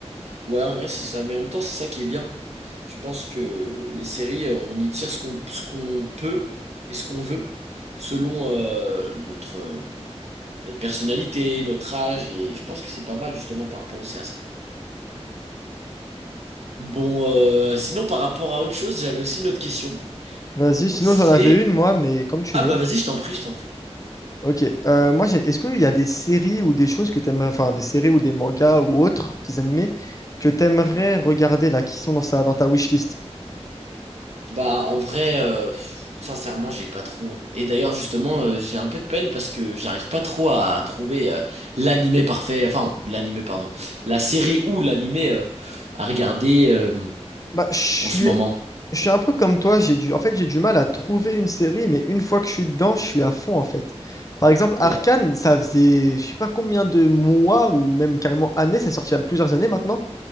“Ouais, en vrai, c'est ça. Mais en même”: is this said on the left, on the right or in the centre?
Right